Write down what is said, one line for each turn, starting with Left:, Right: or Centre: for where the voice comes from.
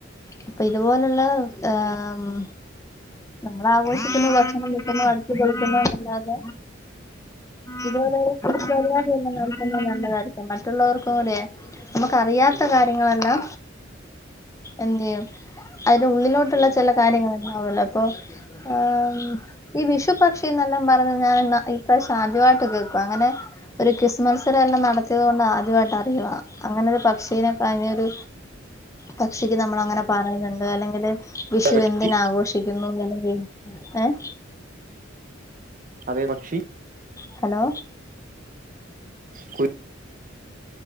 Left: അപ്പൊ ഇതുപോലുള്ള. ആ ഉം നമ്മള് ആഘോഷിക്കുന്നു ഭക്ഷണം കഴിക്കുന്നു അടിച്ചുപൊളിക്കുന്നു അല്ലാതെ ഇത് പരിപാടി എല്ലാം നടത്തുന്ന നല്ലതായിരിക്കാം മറ്റുള്ളവർക്കൂടെ നമുക്കറിയാത്ത കാര്യങ്ങള്. ഹലോ എന്തേയും അതിന്റെ ഉള്ളിലോട്ടുള്ള ചെല കാര്യങ്ങളുണ്ടാവുല്ലോ. അപ്പോ ഉം ഈ വിഷുപക്ഷിന്നെല്ലാം പറഞ്ഞ് ഞാൻ ഇപ്രാവിശ്യം ആദ്യായിട്ട് കേക്കുവാ അങ്ങനെ ഒരു ക്വിസ്മത്സരം എല്ലാം നടത്തിയത് കൊണ്ട് ആദ്യമായിട്ട് അറിയുക അങ്ങനെ ഒരു പക്ഷീനെ കഴിഞ്ഞ്. ഒരു പക്ഷിക്ക് നമ്മൾങ്ങനെ പറയുന്നുണ്ട് അല്ലെങ്കിൽ വിഷു
Right: പക്ഷി
Left: എന്തിനാഘോഷി ഏ ഏഹ്
Right: അതേ പക്ഷി
Left: ഹലോ
Right: കുയി-